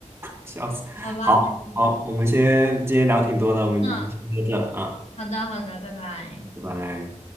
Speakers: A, on the right (about 20°); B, on the left (about 60°).
A: 笑死。
B: 好吧，
A: 好，
B: 好吧，
A: 好，我们先今天聊挺多的，我们先到这啊，
B: 嗯，好的，好的，拜拜。
A: 拜拜。